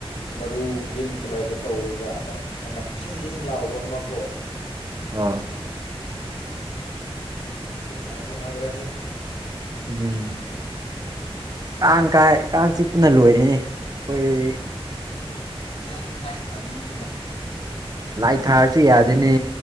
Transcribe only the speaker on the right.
ꯑꯥ
ꯎꯝ ꯀꯥꯡ ꯀꯥꯏ ꯀꯥꯡ ꯆꯤꯛꯄꯅ ꯂꯣꯏꯔꯅꯦ ꯑꯩꯈꯣꯏꯒ
ꯂꯥꯠ ꯊꯥꯔꯁꯨ ꯌꯥꯗꯦꯅꯦ